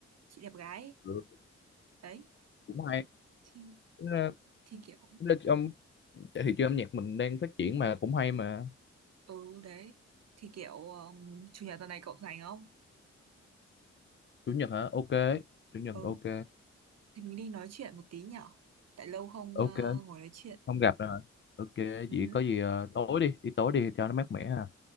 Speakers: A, on the right; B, on the left.
A: Chị đẹp gái ấy.
B: Ừ,
A: Đấy
B: cũng hay.
A: Thì,
B: Ờ,
A: thì kiểu
B: nó- Trong thị trường âm nhạc mình đang phát triển mà cũng hay mà.
A: Ừ đấy Thì kiểu um, Chủ nhật tuần này cậu rảnh không
B: Chủ nhật hả? Ok. Chủ nhật
A: Ừ
B: ok
A: Thì mình đi nói chuyện một tí nhở? Tại lâu không
B: ok
A: ờ, ngồi nói chuyện.
B: không gặp rồi ok
A: Ừ,
B: vậy có gì ờ, tối đi đi tối đi cho nó mát mẻ à